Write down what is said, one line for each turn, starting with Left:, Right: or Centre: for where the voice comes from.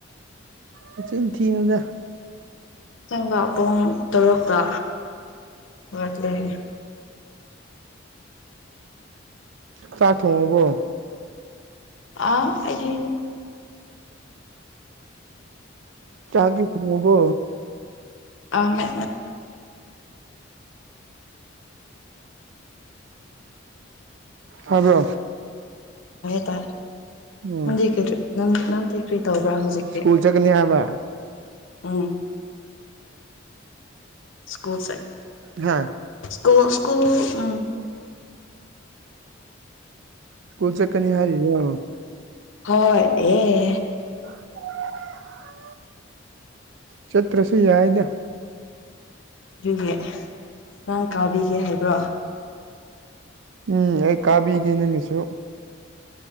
Right: ꯆ ꯊꯤꯅꯖꯔ
Left: ꯆꯪꯕ ꯄꯨꯡ ꯇꯔꯨꯛꯇ ꯋꯥꯠꯂꯅꯤ
Right: ꯆꯥꯛ ꯊꯣꯡꯉꯕꯣ
Left: ꯑꯥ ꯑꯩꯒꯤ
Right: ꯆꯥꯡꯒꯤ ꯊꯣꯡꯕꯣ
Left: ꯑ ꯃ
Right: ꯎ ꯍꯂꯣ
Left: ꯇ
Right: ꯎꯝ
Left: ꯅꯟꯗꯤ ꯀꯗꯔꯤ ꯅ ꯅꯟ ꯀ꯭ꯔꯤ ꯇꯧꯕ꯭ꯔꯥ ꯍꯧꯖꯤꯛꯛꯇꯤ
Right: ꯁ꯭ꯀꯨꯜ ꯆꯠꯀꯅꯤ ꯍꯥꯏꯕ
Left: ꯎꯝ ꯁꯀꯨꯜꯁ
Right: ꯍꯥ
Left: ꯀꯣ ꯁꯀꯨ ꯎ
Right: ꯁ꯭ꯀꯨꯜ ꯆꯠꯀꯅꯤ ꯍꯥꯏꯔꯤ ꯑ
Left: ꯍꯣꯏ ꯑꯦ
Right: <unintelligible> ꯆꯠꯇ꯭ꯔꯁꯨ ꯌꯥꯏꯅ
Left: ꯑꯗꯨꯒꯤ ꯅꯪ ꯀꯥꯕꯤꯒꯦ ꯍꯥꯏꯕ꯭ꯔꯣ
Right: ꯎꯝ ꯑꯩ ꯀꯥꯕꯤꯒꯦ ꯅꯪ ꯉꯁꯨꯣ